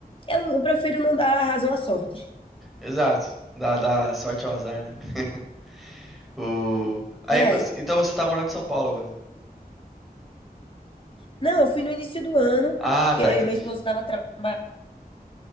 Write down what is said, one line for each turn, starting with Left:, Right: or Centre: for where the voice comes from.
Left: eu, eu prefiro não dar razão à sorte.
Centre: Exato. Dá, dá sorte ao azar, né? <laughs> O Aí
Left: É.
Centre: você, então você tá morando em São Paulo agora.
Left: Não, eu fui no início do ano,
Centre: Ah,
Left: porque
Centre: tá, entendi.
Left: meu esposo estava trabalhando